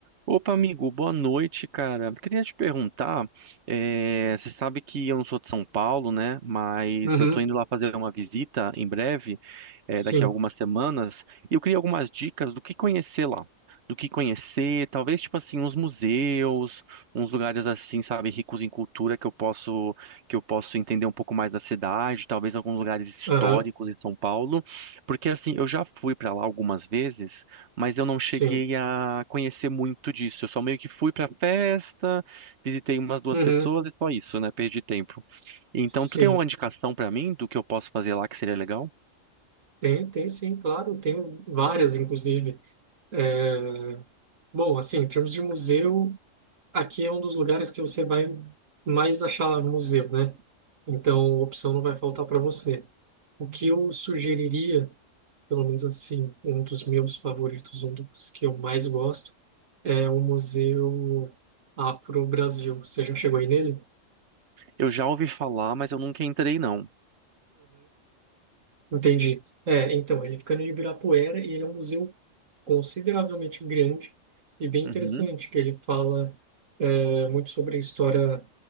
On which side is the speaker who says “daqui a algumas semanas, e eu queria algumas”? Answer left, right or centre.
Right